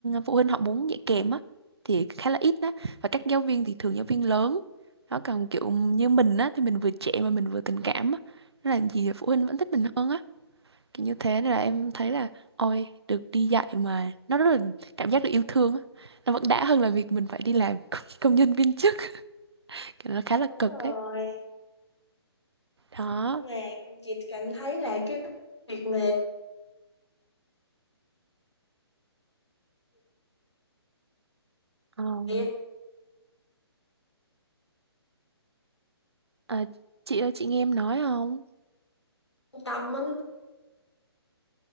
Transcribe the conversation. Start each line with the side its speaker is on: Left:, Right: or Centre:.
Right: phụ huynh họ muốn dạy kèm á thì khá là ít đó và các giáo viên thì thường giáo viên lớn đó còn kiểu như mình á thì mình vừa trẻ mà mình vừa tình cảm á, nên là gì phụ huynh vẫn thích mình hơn á kiểu như thế nên là em thấy là ôi được đi dạy mà nó rất là cảm giác được yêu thương á nó vẫn đã hơn là việc mình phải đi làm <laughs> công công nhân viên chức kiểu nó khá là
Left: đúng
Right: cực
Left: rồi
Right: ấy đó
Left: nhưng mà chị cảm thấy là cái việc mà
Right: Ờm,
Left: dạy
Right: à, chị ơi chị nghe em nói không
Left: trung tâm á,